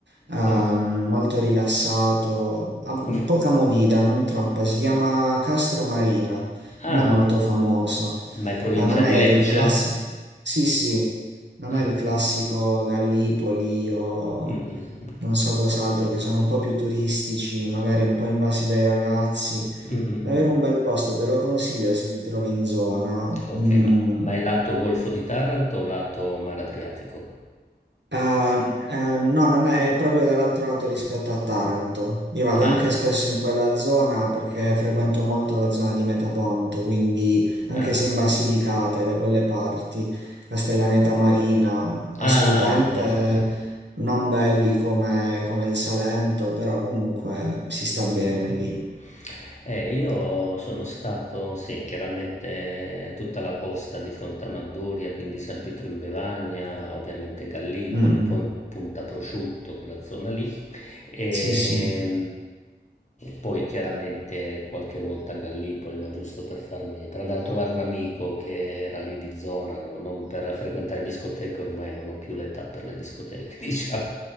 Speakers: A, on the right; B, on the left.
A: ehm,
B: Com-
A: molto rilassato, ah,
B: come?
A: poca movida, non troppa. Si chiama Castro Marina,
B: Ah,
A: non è molto famoso,
B: ma è provincia
A: eh, non
B: di
A: è
B: Lecce?
A: il classico. Sì, sì. Non
B: Ah,
A: è il classico Gallipoli o
B: mm, mm, mm.
A: non so cos'altro, che sono un po' più turistici, magari un po' invasi dai ragazzi.
B: Mm, mm,
A: Davvero
B: mm.
A: un bel posto, te lo consiglio se ti trovi in zona.
B: Ok,
A: Mm,
B: ma, ma è lato Golfo di Taranto o lato Mar Adriatico?
A: Ah, eh, no, non è, è proprio dall'altro lato rispetto a Taranto. Io vado
B: Ah.
A: anche spesso in quella zona perché frequento molto la zona di Metaponto, quindi anche
B: Ah,
A: se in Basilicata e da quelle parti, Castellaneta Marina, assolutamente
B: ah, ho capito.
A: non belli come, come il Salento, però comunque si sta bene
B: Mh-mh-mh.
A: lì.
B: Eh, io sono stato, sì, chiaramente tutta la costa di fronte a Manduria, quindi San Pietro in Bevagna, ovviamente Gallipoli,
A: Mm,
B: Pon-
A: mm.
B: Punta Prosciutto, quella zona lì. E
A: Sì, sì.
B: poi chiaramente qualche volta a Gallipoli, ma giusto per farmi, per andare a trovare un amico che era lì di zona, no- non per frequentare discoteche, ormai non ho più l'età per le discoteche, <laughs> diciamo.